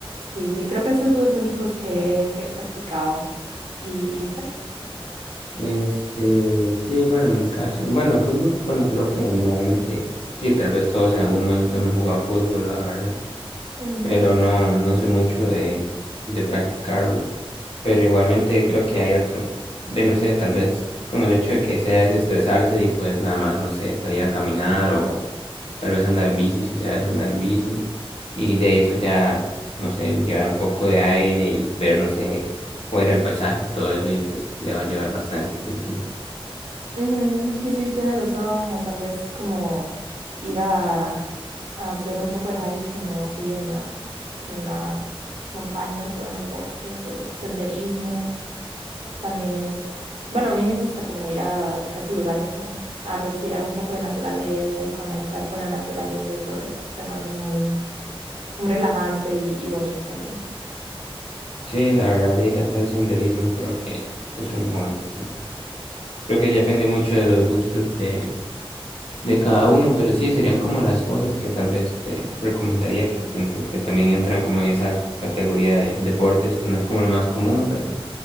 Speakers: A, on the right; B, on the left.
A: sí, sí, creo que esos son los únicos que, que he practicado. ¿Y, y usted?
B: Este, sí, bueno, en mi caso, bueno, fútbol, bueno, creo que normalmente, y tal vez todos en algún momento hemos jugado fútbol, la verdad,
A: Mm,
B: pero no, no sé mucho de, de practicarlo, pero igualmente creo que hay otro, de no sé, tal vez con el hecho de que sea desestresarse y pues nada más, no sé, salir a caminar o tal vez andar en bici, si sabes andar en bici, y de eso ya, no sé, llevar un poco de aire y ver, no sé, fuera el paisaje, todo eso, y pues le va a ayudar bastante, siento yo.
A: Ujú, Sí, sí, tiene razón, o tal vez como ir a, a hacer un poco de hiking o así en las, en las montañas o en los bosques o senderismo. También es, bueno, a mí me gusta como ir a, a esos lugares como a respirar un poco de naturaleza y conectar con la naturaleza y todo eso. Se me hace muy, muy relajante y, y bonito también.
B: Sí, la verdad, ir a hacer senderismo creo que es una buena opción. Creo que ya depende mucho de los gustos de, de cada uno, pero sí, serían como las cosas que tal vez te recomendaría, que siento que también entran como en esa categoría de deportes, que no es como lo más común, pero